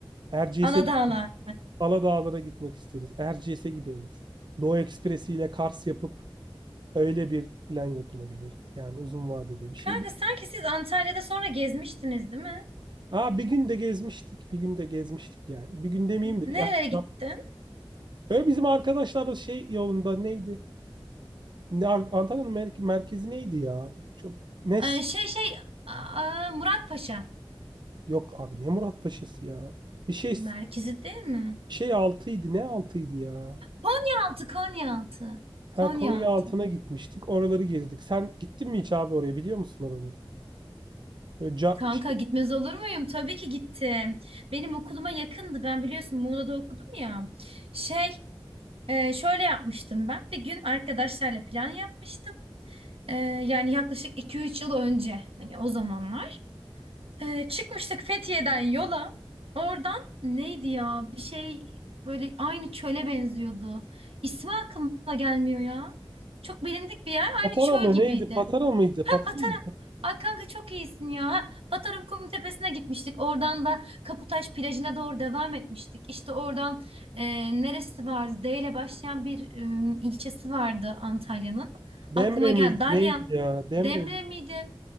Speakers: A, on the right (about 55°); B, on the right (about 85°).
A: Erciyes'e,
B: Aladağlar.
A: Aladağlara gitmek isteriz. Erciyes'e gideriz. Doğu Ekspresi ile Kars yapıp Öyle bir plan yapılabilir. Yani uzun vadede bir
B: Kanka
A: şey değil.
B: sanki siz Antalya'da sonra gezmiştiniz değil mi?
A: Aa, bir gün de gezmiştik. Bir gün de gezmiştik yani. Bir gün demeyeyim de
B: Nerelere
A: bir akşam.
B: gittin?
A: Öyle bizim arkadaşlar da şey yolunda neydi? Ne, Ar- Antalya'nın mer- merkezi neydi ya? Çok ne s-
B: Ee, şey şey Aa, Muratpaşa
A: yok abi ne Muratpaşa'sı ya. Bir şey
B: merkezi değil mi?
A: bir şey altıydı. Ne altıydı ya?
B: Konyaaltı, Konyaaltı.
A: Ha
B: Konyaaltı.
A: Konya altına gitmiştik. Oraları gezdik. Sen gittin mi hiç abi oraya biliyor musun oraları? Böyle ca-
B: Kanka
A: şey,
B: gitmez olur muyum? Tabii ki gittim. Benim okuluma yakındı. Ben biliyorsun Muğla'da okudum ya. Şey, e, şöyle yapmıştım ben. Bir gün arkadaşlarla plan yapmıştım. E, yani yaklaşık iki üç yıl önce. Hani o zamanlar. E, çıkmıştık Fethiye'den yola. Oradan neydi ya? Bir şey böyle aynı çöle benziyordu. İsmi aklıma gelmiyor ya. Çok bilindik bir yer.
A: Patara
B: Aynı çöl
A: mı
B: gibiydi.
A: neydi? Patara mıydı?
B: Ha
A: Patara
B: Patara.
A: mı?
B: Ay kanka çok iyisin ya. Ha, Patara Kumu Tepesi'ne gitmiştik. Oradan da Kaputaş plajına doğru devam etmiştik. İşte oradan e, neresi vardı? D ile başlayan bir e, ilçesi vardı Antalya'nın.
A: Demre
B: Aklıma gel.
A: miydi?
B: Dalyan.
A: Neydi ya? Demre
B: Demre
A: mi?
B: miydi?